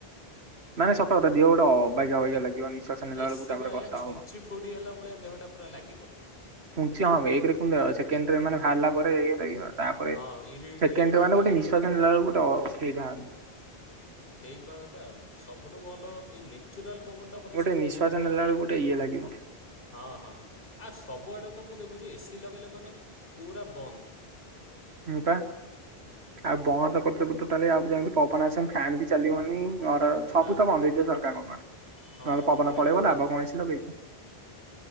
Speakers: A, on the right; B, on the left.
A: ମାନେ ସତ କଥା ଦିହ ଗୋଟେ ଅବାଗିଆ ଅବାଗିଆ ଲାଗିବ ନିଶ୍ୱାସ ନେଲା
B: ଏସି
A: ବେଳକୁ ତାପରେ
B: ବା ଏଇଆ
A: କଷ୍ଟ
B: ଛୁଞ୍ଚି
A: ହବ।
B: ଫୋଡି ହେଲା ଭଳିଆ ଦେହଟା ପୁରା ଲାଗିବ।
A: ପୁଞ୍ଚ ହଁ ଏକରେ ସେକେଣ୍ଡରେ ମାନେ ଭାରିଲା ପରେ ଇଏ ଲାଗିବ ତାପରେ
B: ହଁ ଇରି
A: ସେକେଣ୍ଡରେ
B: ଇରିଟେଟ୍
A: ମାନେ
B: ଟାଇପ୍ର
A: ଗୋଟେ ନିଶ୍ଵାସ
B: ବା
A: ନେଲାବେଳକୁ ଅସୁବିଧା <unintelligible>
B: ସେଇପା କଥା ସବୁଠୁ ଭଲ ଏଇ ନେଚୁରାଲ ପବନ ଟା ମତେ
A: ଗୋଟେ
B: ସବୁଠୁ
A: ନିଶ୍ଵାସ
B: ଭଲ
A: ନେଲା
B: ଲାଗେ
A: ବେଳକୁ ଗୋଟେ ଇଏ ଲାଗିବ
B: ହଁ ହଁ ଆ ସ୍ ସବୁଆଡେ ତ ମୁଁ ଦେଖୁଛି ଏସି ଲଗେଇଲେ ମାନେ ପୁରା ବନ୍ଦ।
A: ହୁଁ ପା ଆଉ <unintelligible> ପବନ ଫ୍ୟାନ୍ ବି ଚାଲିବନି। ଘର ସବୁ
B: ନା
A: ତ ବନ୍ଦ ହେଇଯିବ ସରକାରଙ୍କର
B: ହଁ
A: ନହେଲେ ପବନ
B: ଲୋକଙ୍କୁ
A: ପଳେଇବ ନା
B: ତ
A: <unintelligible> କଣ ଏସି ଲଗେଇଚ।